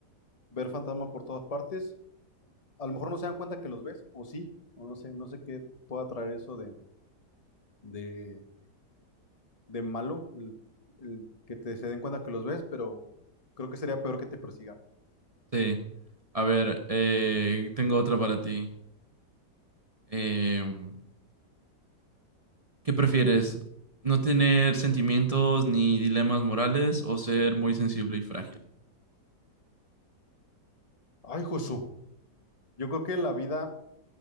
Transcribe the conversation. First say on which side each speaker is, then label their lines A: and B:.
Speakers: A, on the left; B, on the right.
A: ver fantasmas por todas partes. A lo mejor no se dan cuenta que los ves, o sí, o no sé, no sé qué pueda traer eso de, de, de malo, el, el que te se den cuenta que los ves, pero creo que sería peor que te persigan.
B: Sí, a ver, eh, tengo otra para ti. Em, ¿Qué prefieres? ¿No tener sentimientos ni dilemas morales o ser muy sensible y frágil?
A: Ay, Jesús. Yo creo que la vida